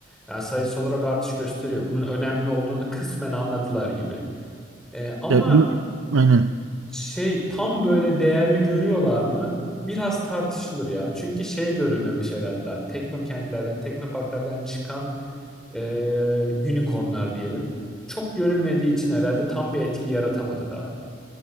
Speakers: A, in the centre; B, on the right.
A: Yani sayısı olarak artış gösteriyor. Bunun önemli olduğunu kısmen anladılar gibi. Ee, ama
B: Ya, ü- aynen.
A: şey tam böyle değerli görüyorlar mı? Biraz tartışılır ya. Çünkü şey görülmemiş herhalde. daha. Teknokentlerden, Teknoparklardan çıkan e, unicornlar diyelim. Çok görülmediği için herhalde tam bir etki yaratamadı daha.